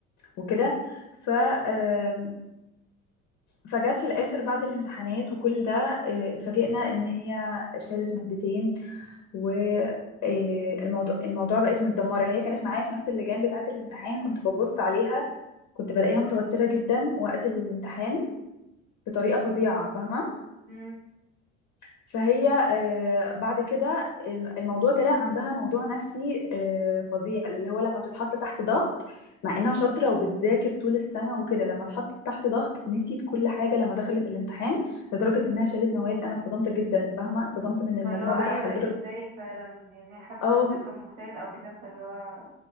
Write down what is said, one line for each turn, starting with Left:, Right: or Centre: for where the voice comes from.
Left: وكده ف آم، فجت في الآخر بعد الامتحانات وكل ده آه، اتفاجئنا ان هي شالت مادتين و آه، الموضوع الموضوع بقت متدمرة هي كانت معايا في نفس اللجان بتاعة الامتحان كنت ببص عليها كنت بلاقيها متوترة جدا وقت الامتحان بطريقة فظيعة فاهمة
Right: مم.
Left: فهي آه، بعد كده الم- الموضوع طلع عندها موضوع نفسي آه، فظيع اللي هو لما بتتحط تحت ضغط مع انها شاطرة وبتذاكر طول السنة وكده لما اتحطت تحت ضغط نسيت كل حاجة لما دخلت الامتحان لدرجة انها شالت مواد انا اتصدمت جدا فاهمة اتصدمت من المجموع
Right: فاللي هو أيوة
Left: بتاعها لدرجة
Right: ازاي فعلا يعني حد
Left: اه
Right: مثلا
Left: ك-
Right: كان مجتهد أو كده فاللي هو